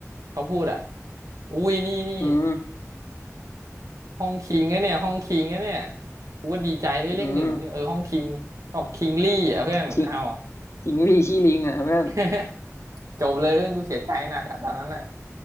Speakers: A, on the right; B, on the left.
A: เขาพูดอ่ะอุ้ยนี่นี่
B: อืม
A: ห้องคิงนะเนี่ยห้องคิงนะเนี่ยกูก็ดีใจเอ้ยเลขหนึ่งเนี่ยเออห้องคิงออกคิงลี่อ่ะเพื่อนเอา
B: อืมคิงคิงพี่ขี้ลิงอ่ะเพื่อน
A: <laughs> จบเลยเพื่อนกูเสียใจหนักอ่ะตอนนั้นอ่ะ